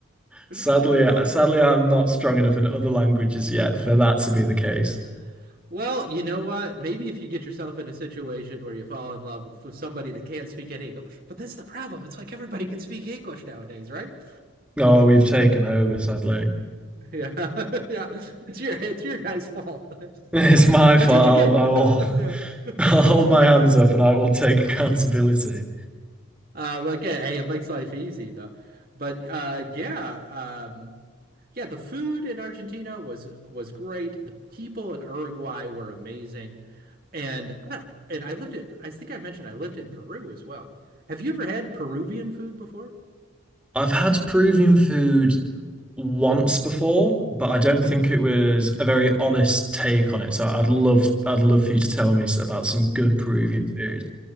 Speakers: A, on the right; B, in the centre.
A: <laughs>
B: Sadly,
A: Uh,
B: sadly, I'm not strong enough in other languages yet for that to
A: yeah.
B: be the case.
A: Well, you know what? Maybe if you get yourself in a situation where you fall in love with, with somebody that can't speak any English, but that's the problem. It's like everybody can speak English nowadays, right? <laughs>
B: Oh, we've taken over, sadly. <laughs>
A: Yeah, <laughs> yeah. It's your it's your guy's fault. <laughs>
B: It's
A: That's
B: my fault.
A: what you get.
B: I'll, I will,
A: <laughs>
B: <laughs>
A: Yeah. <laughs> That's
B: I'll hold
A: what
B: my
A: you get
B: hands
A: for
B: up and I will take accountability.
A: Uh, look at hey, it makes life easy though. But uh, yeah, um, yeah, the food in Argentina was was great. The people in Uruguay were amazing, and I don't- and I lived it. I think I mentioned I lived in Peru as well. Have you ever had Peruvian food before?
B: I've had Peruvian food once before, but I don't
A: hmm
B: think it was a very honest take on it. So I'd love, I'd love for you to tell me about some good Peruvian food.